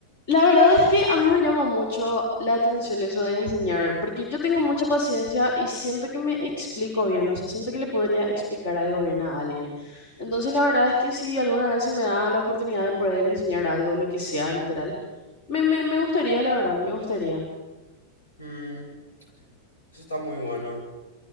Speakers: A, on the left (about 55°); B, on the left (about 75°).
A: La verdad es que a mí me llama mucho la atención eso de enseñar, porque yo tengo mucha paciencia y siento que me explico bien, o sea, siento que le podría explicar algo bien a alguien. Entonces, la verdad es que si alguna vez se me da la oportunidad de poder enseñar algo, lo que sea, literal, me, me, me gustaría, la verdad, me gustaría.
B: Mm, eso está muy bueno.